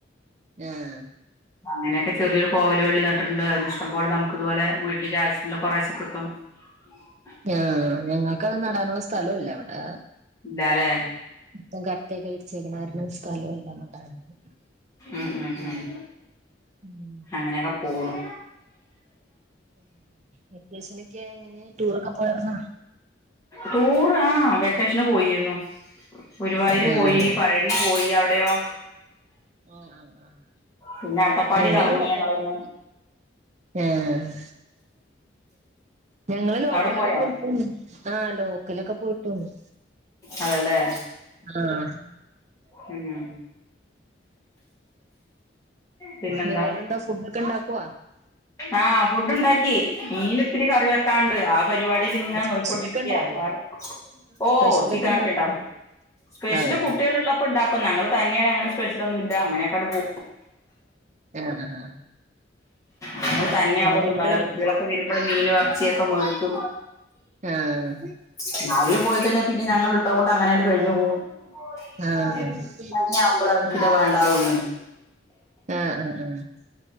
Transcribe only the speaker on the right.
ആഹ
ആ് ഞങ്ങൾക്ക്ത് നടാനുള്ള സ്ഥലല്ലേ ഇവിടെ
ഇപ്പം കട്ടെക്കെ വിര്ച് നേര്ന്ന സ്ഥലമല്ലാന്ന പറയുന്നത്
ഉം
വെക്കെശനൊക്കെ എങ്ങനെ ടൂറൊക്കെ പോയിരന്നാ
ആഹ്
ആഹ് ആഹ് ആഹ്
ഞങ്ങള്
ലോക്കലൊക്കെ
ആഹ് ഞങ്ങള് ലോക്കലൊക്കെ
പോയിത്തന്ന ആ ലോക്കലൊക്കെ പോയിട്ട് വന്ന്
ആഹ്
വേറെന്താ ഫുഡൊക്കെ ഇണ്ടാക്കൊ
സ്പെഷ്യലൊക്കെ
ഉണ്ടാക്കുവോ
സ്പെഷ്യലൊക്കെ
ഉണ്ടാക്കുവോ
അതെല്ലേ
ആഹ് ആഹ്
ഉം
അവിടെ എങ്ങനെ
വെള്ള
ആഹ്
ആഹ്
ആഹ്
ആ ആ ആ